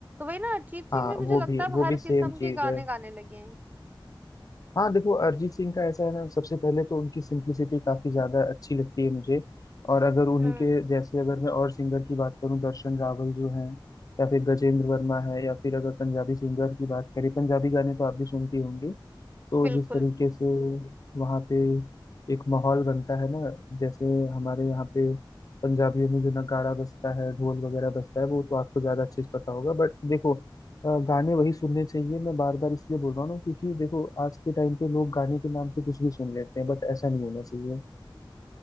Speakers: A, on the right; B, on the left.
A: वही ना अरिजीत सिंह
B: हाँ
A: भी मुझे
B: वो
A: लगता
B: भी
A: है अब
B: वो
A: हर
B: भी सेम
A: किस्म
B: चीज
A: के गाने
B: है
A: गाने लगे हैं
B: हाँ देखो अरिजीत सिंह का ऐसा है ना सबसे पहले तो उनकी सिंप्लिसिटी काफी ज्यादा अच्छी लगती है मुझे और अगर उन्हीं
A: हम्म
B: के जैसे अगर मैं और सिंगर की बात करूँ दर्शन रावल जो है या फिर गजेंद्र वर्मा है या फिर अगर पंजाबी सिंगर की बात करें पंजाबी गाने तो आप भी सुनती होंगी तो
A: बिल्कुल
B: जिस तरीके से वहाँ पे एक माहौल बनता है ना जैसे हमारे यहाँ पे पंजाबियों में जो नगाड़ा बजता है ढोल वगैरह बजता है वो तो आपको ज़्यादा अच्छे से पता होगा बट देखो अ, गाने वही सुनने चाहिए मैं बार बार इसलिए बोल रहा हूँ ना क्योंकि देखो आज के टाइम पे लोग गाने के नाम पे कुछ भी सुन लेते हैं बट ऐसा नहीं होना चाहिए